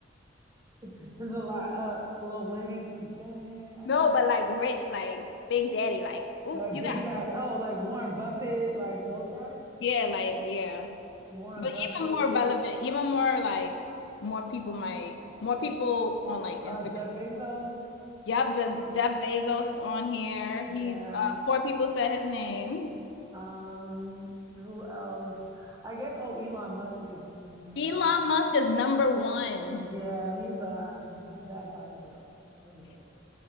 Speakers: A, on the right; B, on the left.
A: <laughs> it's, it's a lot. Uh, Lil Wayne, 50 Cent, I
B: No,
A: mean,
B: but like rich, like Big Daddy, like, ooh,
A: like
B: you
A: Big
B: got,
A: Daddy. Oh, like Warren Buffett, like those guys.
B: yeah, like, yeah.
A: Warren
B: But
A: Buffett,
B: even more relevant, even more like more people might more people on like Instagram.
A: uh, Jeff Bezos.
B: Yep, just
A: Uh,
B: Jeff Bezos is on here.
A: yeah.
B: He's uh, four people said his name.
A: Um, who else? I get, oh, Elon Musk is, mm, yeah.
B: Elon Musk is number one.
A: Yeah, he's uh he's bad body built. It's pretty bad.